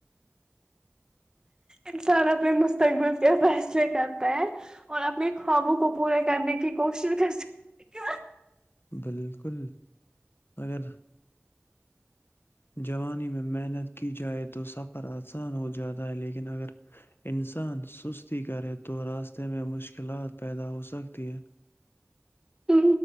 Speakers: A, on the right; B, on the left.
A: انسان اپنے مستقبل کے فیصلے کرتا ہے اور اپنی خوابوں کو پورے کرنے کی کوشش کر سکتے ہیں
B: بالکل اگر جانی میں محنت کر اکس جائے تو سفر آ آسان ہو جاتا ہے لیکن اگر انسان سستی کرے تو راستے میں مشکلات پیدا ہو سکتی ہے
A: ہ